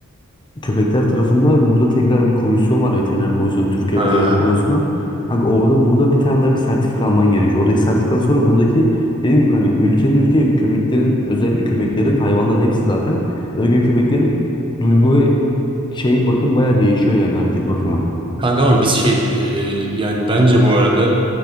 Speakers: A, on the left (about 20°); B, on the right (about 25°).
A: köpekler tarafında burada tekrar bir komisyon var veteriner komisyonu Türkiye
B: Ha.
A: Veteriner Komisyonu. Kanka orada burada bir tane daha bir sertifika alman gerekiyor. Oradaki sertifikadan sonra buradaki dediğim gibi kanka ülkenin ülke köpeklerin özellikle köpeklerin hayvanların hepsi zaten özellikle köpeklerin duygu ve şey bakım baya değişiyor yani hareket bakımı.
B: Kanka ama biz şey e, yani bence bu arada